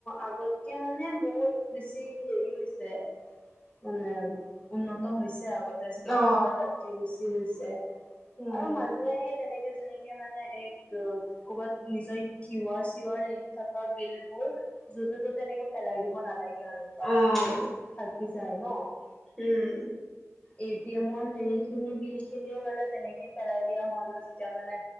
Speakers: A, on the left; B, in the centre.
A: আগত কে মানে বহুত বেছি হেৰি হৈছে মানে উন্নত হৈছে আগত তে যিমান
B: অ
A: আছিলে তাতকে বেছি হৈছে
B: উম
A: আৰু মানুহে তেনেকে যেনেকে মানে এ অ, ক'বাত নিজৰ Q R Q R link থকা বিল বোৰ যতে ত'তে এনেকে পেলাই দিব নালাগে আৰু কাৰণ
B: উম
A: থাকি যায় ন'।
B: উম,
A: এটি এমৰ হেৰি খিনি বিল খিনিও মানে তেনেকে পেলাই দিয়া হয় ন' যেতিয়া মানে